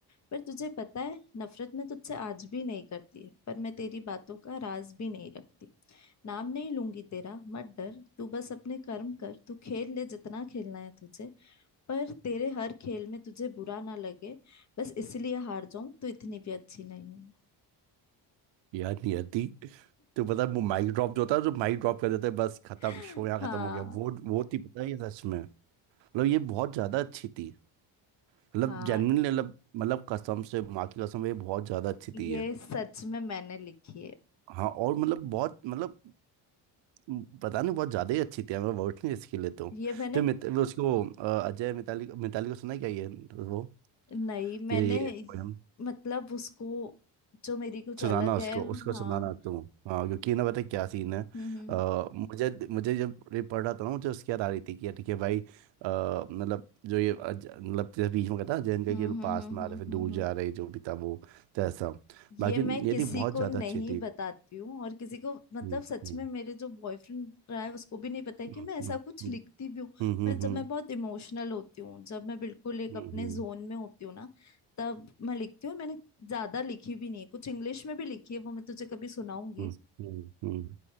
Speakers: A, on the left; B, on the right.
A: पर तुझे पता है नफरत मैं तुझसे आज भी नहीं करती है पर मैं तेरी बातों का राज भी नहीं रखती नाम नहीं लूंगी तेरा मत डर तू बस अपने कर्म कर तू खेल ले जितना खेलना है तुझे पर तेरे हर खेल में तुझे बुरा ना लगे बस इसलिए हार जाऊं तो इतनी भी अच्छी नहीं हूं
B: याद नहीं आती तो पता है वो माइक ड्रॉप जो होता है जो माइक ड्रॉप कर देते हैं बस खत्म
A: <laughs>
B: शो यहाँ
A: हाँ
B: खत्म हो गया वो वो थी पता है ये सच में मतलब ये बहुत ज्यादा अच्छी थी मतलब
A: हाँ
B: जेन्युइनली मतलब मतलब कसम से माँ की कसम ये बहुत ज्यादा अच्छी
A: ये
B: थी ये
A: सच में मैंने लिखी है
B: हाँ और मतलब बहुत मतलब म, पता नहीं बहुत ज्यादा ही अच्छी थी मैं वर्ड नहीं इसके लिए तो
A: ये मैंने
B: तो मित, वो उसको अ, अजय मिताली मिताली को सुना है क्या ये वो
A: नहीं मैंने
B: ये ये poem?
A: मतलब उसको जो मेरी कुछ
B: सुनाना
A: अलग
B: उसको
A: है
B: उसको
A: हाँ
B: सुनाना तुम हाँ क्योंकि ना पता है क्या सीन है अ,
A: हम्म
B: मुझे मुझे जब ये पढ़ रहा था ना मुझे उसकी याद आ रही थी कि यार ठीक है भाई अ, मतलब जो ये अज- मतलब जैसे बीच में कहता जैन का
A: हम्म
B: कि ये लोग
A: हम्म
B: पास
A: हम्म
B: में आ
A: हम्म
B: रहे फिर दूर
A: हम्म हम्म,
B: जा
A: हम्म।
B: रहे जो भी था वो तो ऐसा
A: ये
B: बाकी
A: मैं किसी
B: ये थी बहुत
A: को
B: ज़्यादा
A: नहीं
B: अच्छी थी
A: बताती हूँ और किसी को मतलब
B: हम्म
A: सच
B: हम्म
A: में मेरे जो बॉयफ्रेंड रहा है उसको भी नहीं पता है कि
B: हम्म
A: मैं ऐसा
B: हम्म
A: कुछ लिखती भी हूँ
B: हम्म
A: पर जब
B: हम्म
A: मैं बहुत इमोशनल होती हूँ जब मैं बिल्कुल एक
B: हम्म
A: अपने
B: हम्म हम्म
A: जोन
B: हम्म
A: में होती हूँ ना तब मैं लिखती हूँ मैंने ज्यादा लिखी भी नहीं है कुछ इंग्लिश में भी लिखी है वो मैं तुझे कभी सुनाऊंगी
B: हम्म, हम्म, हम्म,